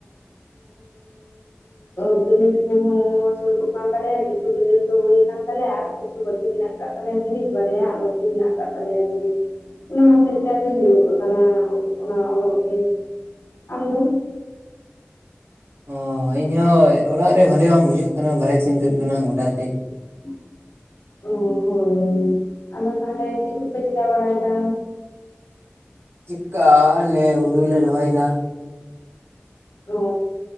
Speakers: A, on the left; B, on the right.
A: <unintelligible> <unintelligible> ᱠᱩᱦᱚᱸ ᱥᱩᱨᱚᱜ ᱠᱟᱱ ᱛᱟᱞᱮᱭᱟ, ᱠᱤᱪᱷᱩ ᱵᱤᱱᱤᱰ ᱫᱚ ᱦᱩᱭᱭᱟᱠ ᱛᱟᱞᱮᱭᱟ ᱟᱨ ᱠᱤᱪᱷᱩ ᱵᱟᱹᱠᱤ ᱢᱮᱱᱟᱜ ᱠᱟᱫ ᱛᱟᱞᱮᱭᱟ ᱵᱤᱱᱤᱰ᱾ ᱵᱟᱨᱭᱟ ᱟᱜ ᱵᱟᱹᱛᱤ ᱢᱮᱱᱟᱜ ᱟᱠᱟᱫ ᱛᱟᱞᱮᱭᱟ ᱵᱤᱱᱤᱰ᱾ ᱚᱱᱟ ᱦᱚᱛᱮᱡ ᱛᱮ ᱟᱫᱚᱧ ᱫᱩᱲᱩᱵ ᱟᱠᱟᱱᱟ ᱚᱱᱟ ᱚᱞᱚᱜ ᱜᱮ᱾ ᱟᱢ ᱫᱚ?
B: ᱚ ᱤᱧ ᱦᱚᱸ ᱚᱲᱟᱜ ᱨᱮ ᱵᱟᱹᱞᱤ ᱵᱟᱝ ᱵᱩᱡᱩᱜ ᱠᱟᱱᱟ᱾ ᱵᱟᱨᱮᱥᱮᱧ ᱛᱩᱫ ᱟᱠᱟᱱᱟ ᱜᱚᱴᱟ ᱥᱮᱡ᱾
A: <inaudible> ᱚ ᱦᱳᱭ᱾ ᱟᱫᱚ ᱛᱟᱦᱚᱞᱮ ᱪᱮᱫ ᱠᱚᱯᱮ ᱪᱤᱠᱟ ᱵᱟᱲᱟᱭᱮᱫᱟ?
B: ᱪᱮᱠᱟ ᱟᱞᱮ ᱦᱩᱲᱩ ᱞᱮ ᱨᱚᱦᱚᱭᱮᱫᱟ᱾
A: ᱚ